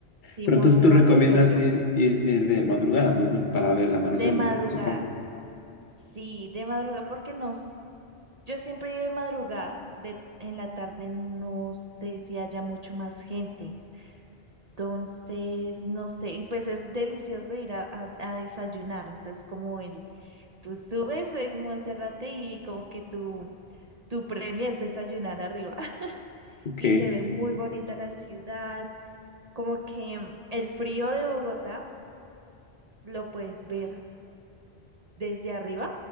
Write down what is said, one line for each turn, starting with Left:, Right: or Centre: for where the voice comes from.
Right: Sí,
Left: Pero
Right: Monserrate
Left: entonces tú recomiendas
Right: Bello,
Left: ir, ir, ir de madrugada me- para ver el amanecer,
Right: de madrugada.
Left: me supongo.
Right: Sí, de madrugada, porque nos, yo siempre iba de madrugada, de, en la tarde no sé si haya mucho más gente. Entonces, no sé, y pues es delicioso ir a, a a desayunar. Entonces, como el tú subes el Monserrate y como que tu, tu premio es desayunar arriba. <laughs>
Left: Ok,
Right: Y se ve muy bonita la ciudad, como que mm, el frío de Bogotá lo puedes ver desde arriba,